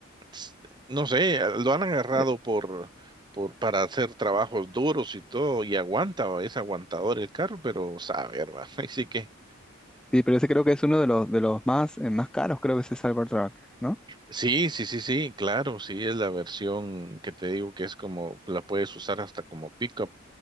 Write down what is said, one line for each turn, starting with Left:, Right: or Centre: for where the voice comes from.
Right: s- no sé, lo han agarrado
Centre: Eh,
Right: por, por, para hacer trabajos duros y todo, y aguanta, va, es aguantador el carro, pero sabe, hermano, <laughs> así que,
Centre: Sí, pero ese creo que es uno de los, de los más, eh, más caros, creo que es el Cybertruck, ¿no?
Right: sí, sí, sí, sí, claro, sí, es la versión que te digo que es como, la puedes usar hasta como pickup